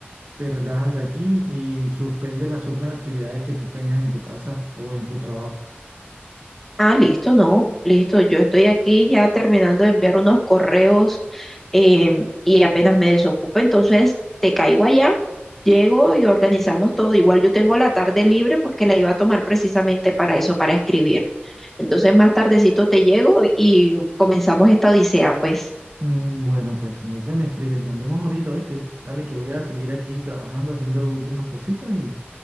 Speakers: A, on the right; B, in the centre.
A: te relajas aquí y suspende las otras actividades que tú tengas en tu casa o en tu trabajo.
B: Ah, listo, no, listo. Yo estoy aquí ya terminando de enviar unos correos eh, y apenas me desocupo, entonces te caigo allá, llego y organizamos todo. Igual yo tengo la tarde libre porque la iba a tomar precisamente para eso, para escribir. Entonces más tardecito te llego y comenzamos esta odisea, pues.
A: Mm, Bueno, pues no se me escriben. Nos vemos ahorita, ¿oíste? Dale, que voy a seguir aquí trabajando, haciendo las últimas cositas y